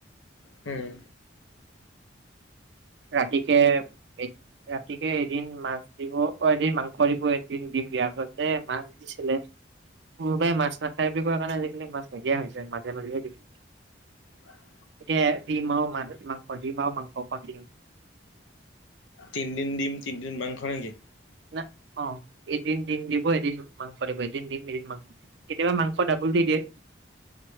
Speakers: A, on the left; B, on the right.
A: উম।
B: ৰাতি কে এই। ৰাতিকে এদিন মাছ দিব অ', এদিন মাংস দিব এদিন দিম দিয়া আগতে মাছ। ছিলে কোনোবাই মাছ নাখাই বুলি কোৱা কাৰণে, আজিকালি মাছ নিদিয়া হৈছে মাজে মাজেহে দিয়ে।
A: অ।
B: এতিয়া দিম আও মা-মাংস দিম আও মাংস অকল দিম।
A: তিনিদিন দিম তিনিদিন মাংস নেকি?
B: না অ' এদিন ডিম দিব এদিন মাংস দিব এদিন ডিম এদিন মাং। কেতিয়াবা মাংস ডাবোল দি দিয়ে।